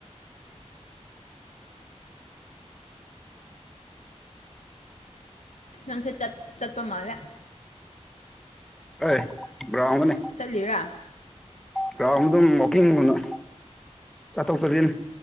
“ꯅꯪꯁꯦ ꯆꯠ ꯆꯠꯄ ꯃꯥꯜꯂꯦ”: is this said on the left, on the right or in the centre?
Left